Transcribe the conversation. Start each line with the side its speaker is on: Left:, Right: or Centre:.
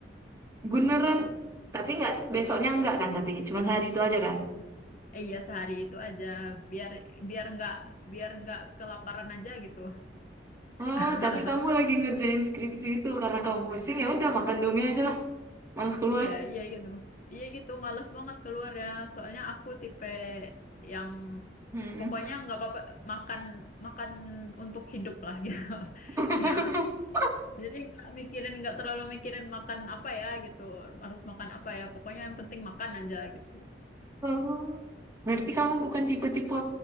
Right: beneran tapi nggak besoknya nggak kan tapi cuma sehari itu aja kan
Left: Eh, iya sehari itu aja. Biar biar nggak biar nggak kelaparan aja gitu.
Right: oh
Left: <laughs>
Right: tapi kamu lagi ngerjain skripsi itu karena kamu pusing ya udah makan Indomie aja lah males keluar
Left: Iya iya gitu. Iya gitu. Males banget keluar ya. Soalnya aku tipe yang
Right: Mm.
Left: pokoknya nggak apa-apa makan makan untuk hidup lah gitu.
Right: <laughs>
Left: <laughs> Ya. Jadi nggak mikirin, nggak terlalu mikirin makan apa ya gitu, harus makan apa ya, pokoknya yang penting makan aja gitu.
Right: Oh. Berarti kamu bukan tipe-tipe